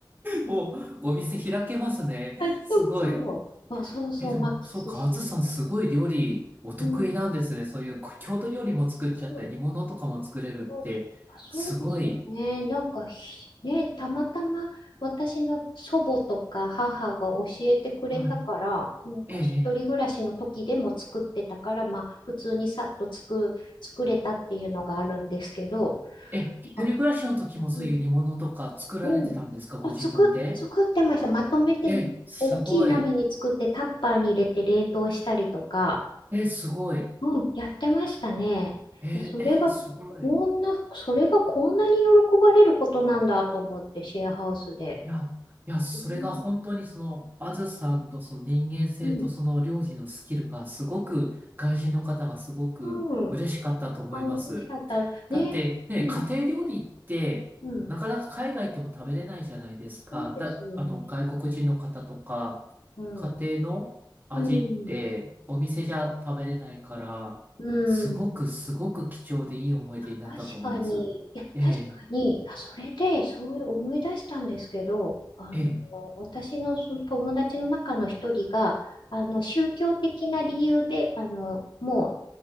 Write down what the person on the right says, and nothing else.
もう、お店開けますね。
すごい。
えー、でも、
そうか、あずさん、すごい料理、お得意なんですね。
そういう、郷土料理も作っちゃったり、
煮物とかも作れるって、
すごい。
はい。
えー、え
ー、えー、一人暮らしの時もそういう煮物とか作られてたんですか、
ご自分で。
えー、すごい。えー、すごい。
えー、
えーすごい。
いや、いや、それが本当にその、
あずさんとその人間性とその料理のスキルがすごく、
外人の方がすごく嬉しかったと思います。
だって、ね、
家庭料理って、
なかなか海外行っても食べれないじゃないですか。
だ、あの、外国人の方とか、
家庭の味って、
お店じゃ食べれないから、
すごくすごく貴重でいい思い出になったと思います。
ええ
ええ